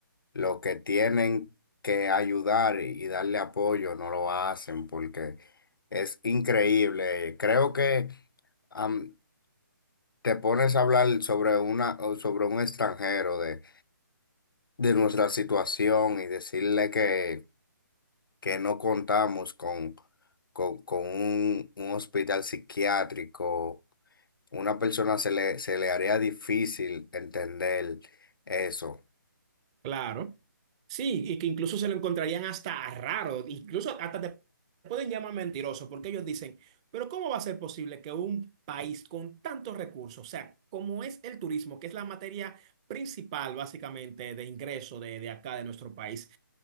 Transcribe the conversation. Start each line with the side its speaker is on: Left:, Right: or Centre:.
Left: lo que tienen que ayudar y y darle apoyo no lo hacen porque es increíble. Creo que am, te pones a hablar sobre una, sobre un extranjero de de nuestra situación y decirle que, que no contamos con, con, con un, un hospital psiquiátrico, una persona se le, se le haría difícil entender eso.
Right: Claro. Sí, y que incluso se lo encontrarían hasta raro, incluso hasta te pueden llamar mentiroso, porque ellos dicen, pero ¿cómo va a ser posible que un país con tantos recursos, o sea, como es el turismo, que es la materia principal básicamente de ingreso de, de acá, de nuestro país,